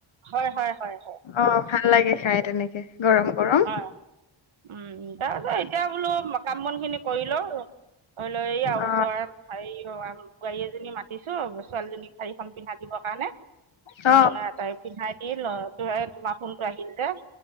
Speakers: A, on the right (about 80°); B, on the left (about 70°).
A: হয় হয় হয় হয়
B: অ ভাল লাগে খাই তেনেকে। গৰম গৰম
A: অ' উম তাৰপিছত এতিয়া বোলো কাম বন খিনি কৰি লওঁ লৈ এই আৰু
B: অ
A: ওচৰৰে বোৱাৰী এজনী মা দিছো, ছোৱালীজনীক শাৰীখন পিন্ধাই দিবৰ কাৰণে
B: অ
A: উম তাই পিন্ধাই দি ল তোমাৰ ফোনটো আহিল যে